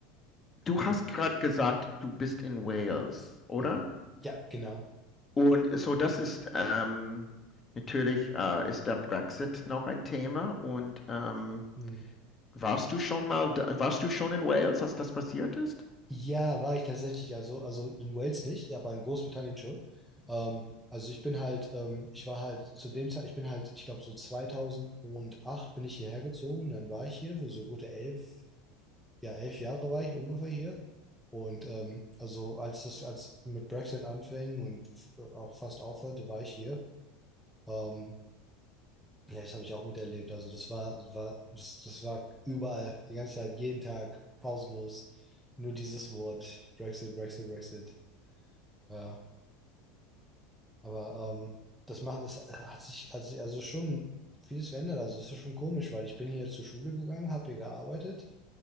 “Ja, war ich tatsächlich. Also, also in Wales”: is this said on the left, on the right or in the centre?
Centre